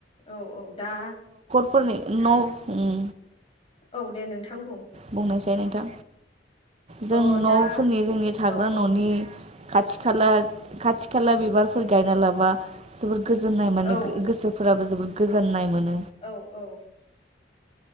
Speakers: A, on the left; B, on the right.
A: औ औ दा
B: फोरनि न' उम
A: औ दे नोंथां बुं
B: बुंनायसाय दे नोंथां जों
A: औ
B: न'फोरनि
A: दा
B: जोंनि थाग्रा
A: औ औ
B: न'नि खाथि खाला खाथि खाला बिबारफोर गायना लाबा जोब गोजोन्नाय माने
A: औ
B: गो-गोसो फोराबो जोबोद गोजोन्नाय मोनो।
A: औ औ